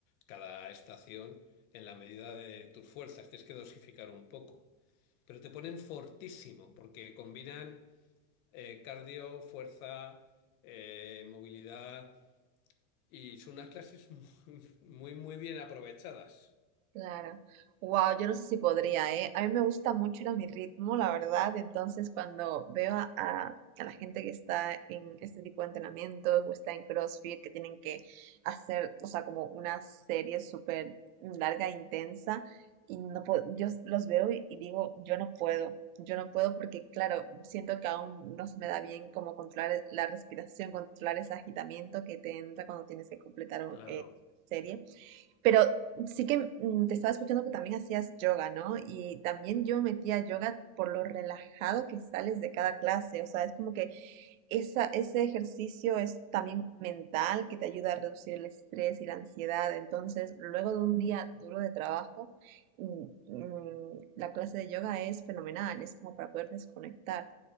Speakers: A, on the left; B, on the right.
A: cada estación en la medida de tus fuerzas, tienes que dosificar un poco, pero te ponen fortísimo, porque combinan eh, cardio, fuerza, eh, movilidad, y son unas clases <laughs> muy, muy, muy bien aprovechadas.
B: Claro. Wow, yo no sé si podría, ¿eh? A mí me gusta mucho ir a mi ritmo, la verdad. Entonces, cuando veo a, a- a la gente que está en este tipo de entrenamientos o está en CrossFit, que tienen que hacer, o sea, como una serie súper larga e intensa, y no puedo, yo s- los veo y, y digo, yo no puedo, yo no puedo porque, claro, siento que aún no se me da bien como controlar la respiración, controlar ese agitamiento que te entra cuando tienes que completar un-
A: Claro.
B: eh, serie. Pero sí que mm, te estaba escuchando que también hacías yoga, ¿no? Y también yo me metía a yoga por lo relajado que sales de cada clase. O sea, es como que esa, ese ejercicio es también mental que te ayuda a reducir el estrés y la ansiedad. Entonces, luego de un día duro de trabajo, mm, mm, la clase de yoga es fenomenal. Es como para poder desconectar,